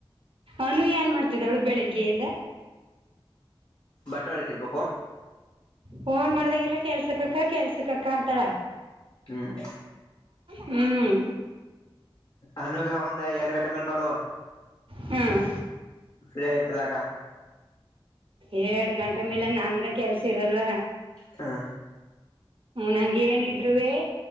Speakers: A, on the right; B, on the left.
A: ಅನು ಏನ್ ಮಾಡ್ತಿದ್ದಾಳೆ ಬೆಳಿಗ್ಗೆಯಿಂದ
B: ಬಟ್ಟೆ ಹೋಲಿತಿರ್ಬೇಕು
A: ಫೋನ್ ಮಾಡ್ದಾಗೆಲ್ಲ ಕೆಲ್ಸಕ್ಕಕ್ಕ ಕೆಲ್ಸಕ್ಕಕ್ಕ ಅಂತಳ
B: ಹ್ಮ್
A: ಹ್ಮ್
B: ಅನುಗ ಒಂದ್ ಎರಡು ಗಂಟೆ ಮೇಲೆ ಮಾಡುವ
A: ಹ್ಮ್
B: ಫ್ರೀಯಗ ಇರ್ತಲ್ಲ ಆಗ
A: ಎಏಡ್ ಗಂಟೆ ಮೇಲೆ ನನ್ಗ ಕೆಲ್ಸಿರಲ್ವಾ
B: ಹಾ
A: ಮನ್ಯಾಗ ಏನಿದ್ರುವೇ